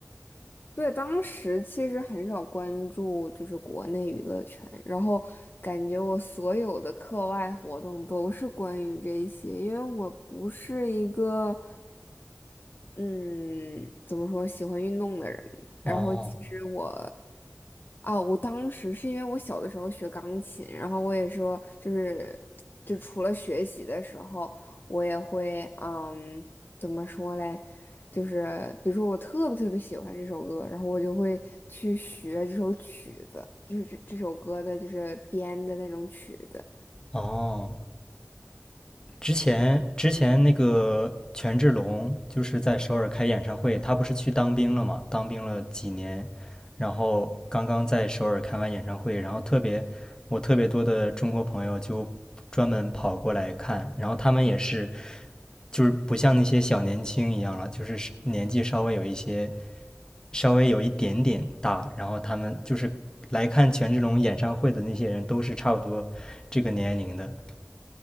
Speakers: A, on the left; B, on the left.
A: 对，当时其实很少关注就是国内娱乐圈，然后感觉我所有的课外活动都是关于这些，因为我不是一个。嗯，怎么说，喜欢运动的人吧。
B: 哦
A: 然后其实我，啊，我当时是因为我小的时候学钢琴，然后我也说，就是，就除了学习的时候，我也会，嗯，怎么说嘞，就是比如说我特别特别喜欢这首歌，然后我就会去学这首曲子，就是这这首歌的，就是编的那种曲子。
B: 哦，之前之前那个权志龙就是在首尔开演唱会，
A: 嗯，
B: 他不是去当兵了嘛？当兵了几年，然后刚刚在首尔开完演唱会，然后特别我特别多的中国朋友就专门跑过来看，然后他们也是就是不像那些小年轻一样了，就是年纪稍微有一些稍微有一点点大，然后他们就是来看权志龙演唱会的那些人都是差不多这个年龄的，